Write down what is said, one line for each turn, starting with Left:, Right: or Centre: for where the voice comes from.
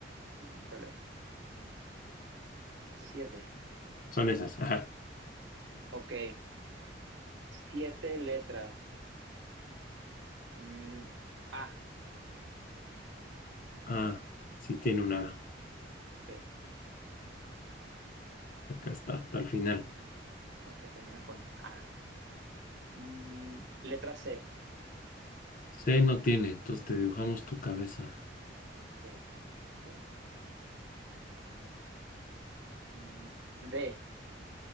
Right: eh, no hay problema. Siete,
Left: Son esas, ajá.
Right: ok, siete letras. Mm, A,
Left: Ah, sí tiene una...
Right: ok,
Left: Acá está, hasta el final.
Right: ok, termina con A. Mm, letra C,
Left: C no tiene, entonces te dibujamos tu cabeza.
Right: ok, no sé. Mm, D,